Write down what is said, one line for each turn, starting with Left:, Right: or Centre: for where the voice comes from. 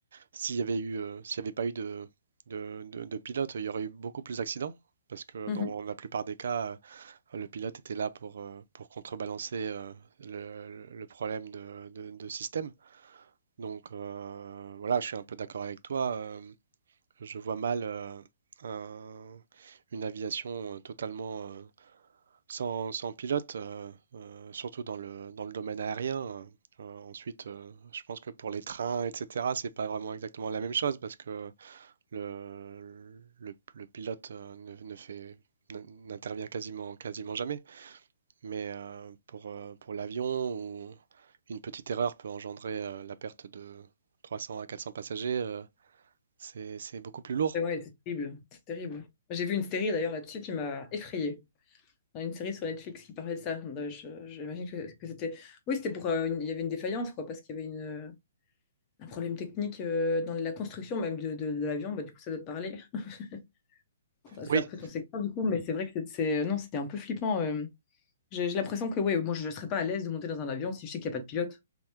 Right: s'il y avait eu, euh, s'il y avait pas eu de, de, de- de pilote, il y aurait eu beaucoup plus d'accidents parce que
Left: Mhm.
Right: dans la plupart des cas, euh, le pilote était là pour, euh, pour contrebalancer euh, le, le problème de, de- de système. Donc euh, voilà, je suis un peu d'accord avec toi. euh, je vois mal euh, un- une aviation euh, totalement euh, sans, sans pilote, euh, euh, surtout dans le, dans le domaine aérien. hein. Euh, ensuite, euh, je pense que pour les trains, etc., c'est pas vraiment exactement la même chose parce que le, le, le pilote euh, ne, ne fait, n- n'intervient quasiment, quasiment jamais. Mais euh, pour, euh, pour l'avion, où une petite erreur peut engendrer euh, la perte de 300 à 400 passagers, euh, c'est, c'est beaucoup plus lourd.
Left: Et ouais, c'est terrible. C'est terrible. J'ai vu une série d'ailleurs là-dessus qui m'a effrayée. dans une série sur Netflix qui parlait de ça. Donc, euh, je- J'imagine que, que c'était. Oui, c'était pour. euh, une- Il y avait une défaillance, quoi, parce qu'il y avait une, euh, un problème technique euh, dans la construction même de, de- de l'avion. Bah, du coup, ça doit te parler. <laughs> Enfin, c'est
Right: Oui,
Left: un peu ton secteur, du coup, mais c'est vrai que c'est. c'est- Non, c'était un peu flippant. euh. J'ai j'ai l'impression que, ouais, moi, je ne serais pas à l'aise de monter dans un avion si je sais qu'il n'y a pas de pilote.